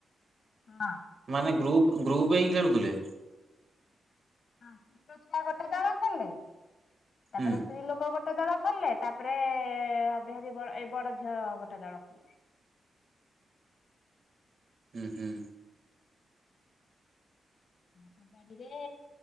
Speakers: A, on the left (about 55°); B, on the right (about 40°).
A: ହଁ।
B: ମାନେ ଗ୍ରୁପ୍ ଗ୍ରୁପ୍ ହେଇକି ଖେଳୁଥିଲେ?
A: ହଁ ଛୋଟ ଛୁଆ ଗୋଟେ ଦଳ ଖେଳିଲେ। ତାପରେ
B: ହୁଁ
A: ସ୍ତ୍ରୀ ଲୋକ ଗୋ ଦଳ ଖଳିଲେ ତାପରେ ଏ ଅବିହାରୀ ବଳ ଏ ବଡ ଝିଅ ଗୋଟେ ଦଳ ଖେଳିଲେ।
B: ହୁଁ ହୁଁ।
A: କବାଡିରେ